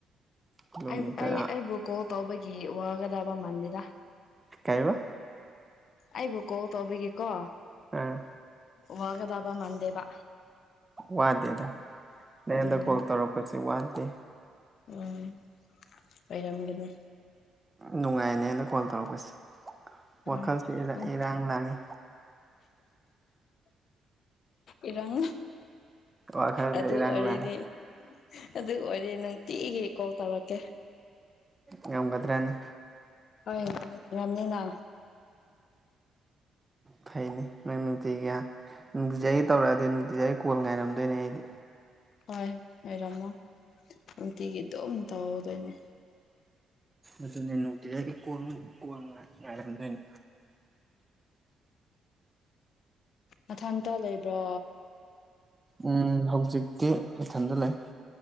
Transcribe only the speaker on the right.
ꯀꯤꯂꯣꯃꯤꯇꯔ
ꯀꯥꯏꯔꯤꯕ
ꯑꯥ
ꯋꯥꯗꯦꯗ ꯅꯣꯟꯗ
ꯀꯣꯜ ꯇꯧꯔꯛꯄꯁꯤ ꯋꯥꯗꯦ
ꯅꯨꯡꯉꯥꯏꯅꯦ ꯑꯩꯅ ꯀꯣꯜ ꯇꯧꯔꯛꯄꯁꯦ ꯋꯥꯈꯜꯁꯦ
ꯏꯔꯥꯡ ꯂꯥꯡꯉꯤ
ꯋꯥꯈꯜꯁꯦ
ꯏꯔꯥꯡ
ꯂꯥꯡꯉꯤ
ꯉꯝꯒꯗ꯭ꯔꯅ
ꯐꯩꯅꯦ ꯃ ꯊꯒ ꯅꯨꯡꯇꯤꯖꯥꯒꯤ ꯇꯧꯔꯛꯑꯗꯤ ꯅꯨꯡꯇꯤꯖꯥꯒꯤ ꯀꯣꯜ ꯉꯥꯏꯔꯝꯗꯣꯏꯅꯦ ꯑꯩꯗꯤ
ꯑꯗꯨꯇꯖ ꯀ ꯀ ꯉꯔꯝꯅꯤ
ꯎꯝ ꯍꯧꯖꯤꯛꯇꯤ ꯏꯊꯟꯗ ꯂꯩ